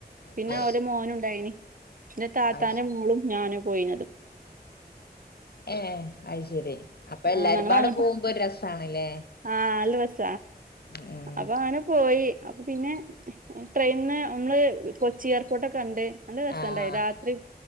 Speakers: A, on the right; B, on the left.
A: പിന്നെ
B: ആഹ് ആഹ് അത് ശരി
A: അവലെ മോനുണ്ടായിനി. ഇന്റെ താത്താന്റെ
B: ആഹ്
A: മോളും ഞാനു പോയിന്യെത്.
B: ഏഹ് അത്ശരി അപ്പൊ എല്ലാരുംപാടെ
A: ആ ഞങ്ങളങ്ങട്ട്
B: പോകുമ്പോ ഒര് രസാണ്ല്ലേ.
A: ആഹ് അല്ല രസ.
B: ഉം ഉം
A: അപ്പൊ അങ്ങനെ പോയി അപ്പൊ പിന്നെ ട്രെയിന്ന് നമ്മള് കൊച്ചി എയർപോർട്ടക്കെ കണ്ട് നല്ല രസണ്ടായി
B: ആഹ്
A: രാത്രി